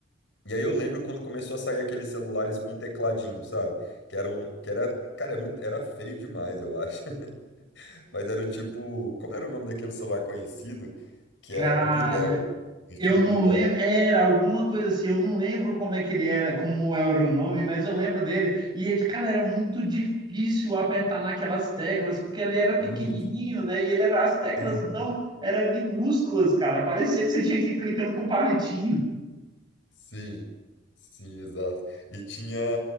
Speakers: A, on the left; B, on the right.
A: e aí eu lembro quando começou a sair aqueles celulares com tecladinho, sabe? Que era um, que era, cara, é muito, era feio demais, eu acho. <laughs> Mas era o tipo, como era o nome daquele celular conhecido? Que
B: Cara,
A: era o Blueberry, estilo
B: eu não
A: Blueberry.
B: lembro, era alguma coisa assim, eu não lembro como é que ele era, como era o nome, mas eu lembro dele. E ele, cara, era muito difícil apertar naquelas teclas, porque ele era pequenininho,
A: <laughs>
B: né? E ele era as teclas
A: Muito.
B: então eram minúsculas, cara. Parecia que você tinha que ir clicando com um palitinho.
A: Sim, sim, exato. E tinha.